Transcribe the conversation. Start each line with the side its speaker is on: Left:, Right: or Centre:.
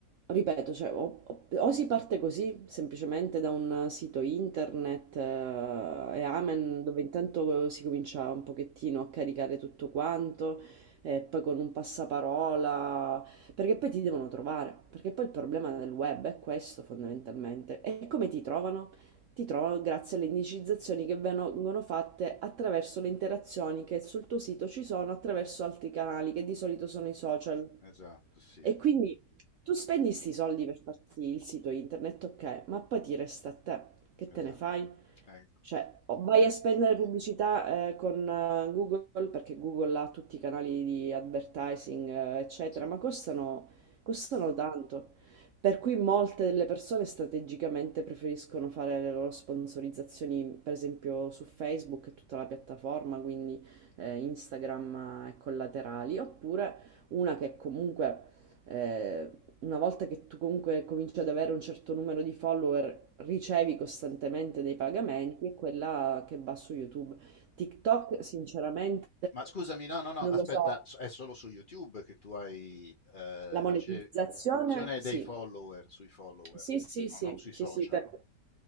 Right: ripeto, cioè, o, o- o si parte così, semplicemente da un sito internet eh, e Amen, dove intanto si comincia un pochettino a caricare tutto quanto, e poi con un passaparola, perché poi ti devono trovare, perché poi il problema del web è questo fondamentalmente. E come ti trovano? ti trovano grazie alle indicizzazioni che vengono fatte attraverso le interazioni che sul tuo sito ci sono attraverso altri canali, che di solito sono i social.
Left: Esatto, sì,
Right: E quindi tu spendi 'sti soldi per farti il sito internet, okay, ma poi ti resta a te. Che
Left: esatto,
Right: te ne fai?
Left: ecco,
Right: Cioè, o vai a spendere pubblicità, eh, con eh, Google, perché Google ha tutti i canali di advertising, eh, eccetera,
Left: sì.
Right: ma costano, costano tanto. Per cui molte delle persone strategicamente preferiscono fare le loro sponsorizzazioni, per esempio su Facebook e tutta la piattaforma, quindi eh, Instagram eh, e collaterali, oppure una che comunque... eh, una volta che tu comunque cominci ad avere un certo numero di follower, ricevi costantemente dei pagamenti, è quella che va su YouTube. TikTok, sinceramente,
Left: Ma scusami, no, no, no,
Right: non
Left: aspetta,
Right: lo so.
Left: so- è solo su YouTube che tu hai eh,
Right: La monetizzazione,
Left: ricezione
Right: sì.
Left: dei follower, sui follower,
Right: Sì, sì, sì,
Left: no, non sui
Right: sì,
Left: social.
Right: sì, per-